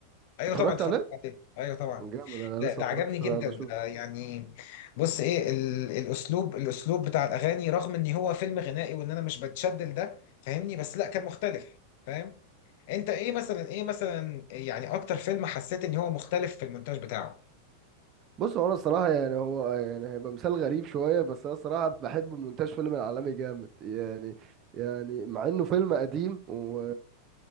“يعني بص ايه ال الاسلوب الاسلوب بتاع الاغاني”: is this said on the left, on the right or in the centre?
Left